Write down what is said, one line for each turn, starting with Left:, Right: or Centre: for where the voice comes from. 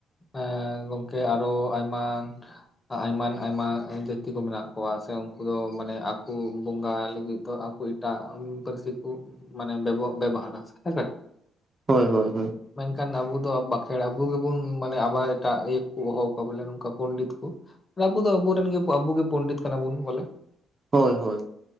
Left: ᱮᱸ ᱜᱚᱝᱠᱮ ᱟᱨᱚ ᱟᱭᱢᱟᱱ ᱟᱭᱢᱟᱱ ᱟᱭᱢᱟ ᱡᱟᱹᱛᱤ ᱠᱚ ᱢᱮᱱᱟᱜ ᱠᱚᱣᱟ ᱥᱮ ᱩᱱᱠᱩ ᱫᱚ ᱢᱟᱱᱮ ᱟᱠᱚ ᱵᱚᱸᱜᱟ ᱞᱟᱹᱜᱤᱫ ᱫᱚ ᱟᱠᱚ ᱮᱴᱟᱜ ᱩᱸ ᱯᱟᱹᱨᱥᱤ ᱠᱩ ᱢᱟᱱᱮ ᱵᱮᱵᱚ-ᱵᱮᱵᱚᱦᱟᱨᱟ ᱦᱮᱸᱥᱮ?
Right: ᱦᱳᱭ ᱦᱳᱭ ᱦᱳᱭ
Left: ᱢᱮᱱᱠᱷᱟᱱ ᱟᱵᱚ ᱫᱚ ᱵᱟᱸᱠᱷᱮᱬ ᱟᱵᱚ ᱜᱮᱵᱚᱱ ᱢᱟᱱᱮ ᱟᱵᱟᱨ ᱮᱴᱟᱜ ᱤᱭᱟᱹ ᱠᱚ ᱦᱚᱦᱚ ᱠᱚᱣᱟ ᱵᱚᱞᱮ ᱱᱚᱝᱠᱟ ᱯᱚᱱᱰᱤᱛ ᱠᱚ ᱟᱵᱩ ᱫᱚ ᱟᱵᱩᱨᱮᱱ ᱜᱮ ᱟᱵᱩ ᱜᱮ ᱯᱚᱱᱰᱤᱛ ᱠᱟᱱᱟ ᱵᱩᱱ ᱵᱚᱞᱮ᱾
Right: ᱦᱳᱭ ᱦᱳᱭ